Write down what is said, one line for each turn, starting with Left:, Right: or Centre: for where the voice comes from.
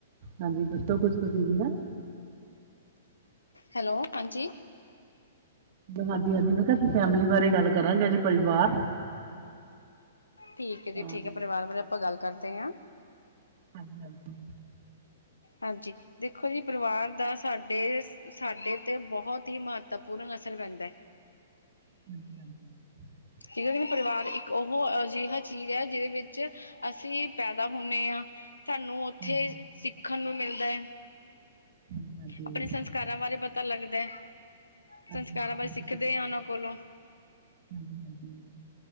Right: ਹਾਂਜੀ ਦੱਸੋ ਕੁਛ ਤੁਸੀਂ ਵੀ ਨਾ
Left: ਹੈਲੋ ਹਾਂਜੀ
Right: ਹਾਂਜੀ ਹਾਂਜੀ ਮੈਂ ਕਿਹਾ ਅਸੀਂ ਫੈਮਿਲੀ ਬਾਰੇ ਗੱਲ ਕਰਾਂਗੇ ਜੀ ਪਰਿਵਾਰ
Left: ਠੀਕ
Right: ਹਾਂ
Left: ਹੈ ਜੀ ਠੀਕ ਹੈ ਪਰਿਵਾਰ ਬਾਰੇ ਆਪਾਂ ਗੱਲ ਕਰਦੇ ਹਾਂ।
Right: ਹਾਂਜੀ <unintelligible>
Left: ਹਾਂਜੀ ਦੇਖੋ ਜੀ ਪਰਿਵਾਰ ਦਾ ਸਾਡੇ ਸਾਡੇ ਤੇ ਬਹੁਤ ਹੀ ਮਹੱਤਵਪੂਰਨ ਅਸਰ ਪੈਂਦਾ ਹੈ।
Right: <unintelligible>
Left: <unintelligible> ਪਰਿਵਾਰ ਇੱਕ ਉਹ ਅਜਿਹਾ ਚੀਜ਼ ਹੈ ਜਿਹਦੇ ਵਿੱਚ ਅਸੀਂ ਪੈਦਾ ਹੁੰਦੇ ਹਾਂ। ਸਾਨੂੰ ਉੱਥੇ
Right: ਹਾਂਜੀ ਹਾਂਜੀ
Left: ਸਿੱਖਣ ਨੂੰ ਮਿਲਦਾ ਹੈ
Right: ਹਾਂਜੀ ਹਾਂਜੀ ਹਾਂਜੀ
Left: ਆਪਣੇ ਸੰਸ
Right: ਹਾਂਜੀ
Left: ਸੰਸਕਾਰਾਂ ਬਾਰੇ ਪਤਾ ਲੱਗਦਾ ਹੈ
Right: ਹਾਂਜੀ
Left: ਸੰਸਕਾਰਾਂ ਬਾਰੇ ਸਿੱਖਦੇ ਆ ਉਹਨਾਂ ਕੋਲੋ
Right: ਹਾਂਜੀ ਹਾਂਜੀ